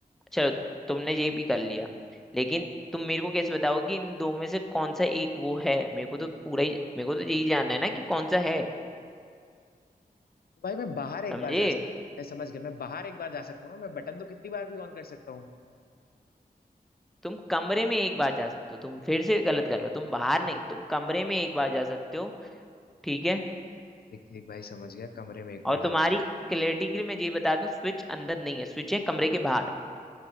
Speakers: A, in the centre; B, on the left.
A: चलो तुमने ये भी कर लिया लेकिन तुम मेरे को कैसे बताओगे कि इन दो में से कौन सा एक वो है मेरे को तो पूरा ही मेरे को तो यही जानना है ना कि कौन सा है
B: तो भाई मैं बाहर एक
A: समझे
B: बार जा सकता हूँ। मैं समझ गया मैं बाहर एक बार जा सकता हूँ ना मैं बटन तो कितनी बार भी ऑन कर सकता हूँ
A: तुम कमरे में एक बार जा सकते हो तुम फिर से गलत कर रहे हो तुम बाहर नहीं तुम कमरे में एक बार जा सकते हो ठीक है
B: ठीक ठीक भाई समझ गया कमरे में एक
A: और
B: बार जा
A: तुम्हारी क्लैरिटी के लिए मैं ये बता दूं स्विच अंदर नहीं है स्विच है कमरे के बाहर